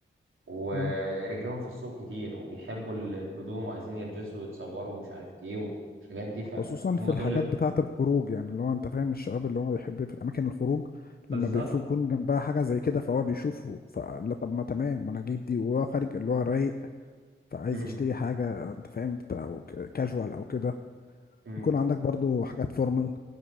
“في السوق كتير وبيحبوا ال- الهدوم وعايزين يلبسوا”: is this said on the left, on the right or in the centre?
Right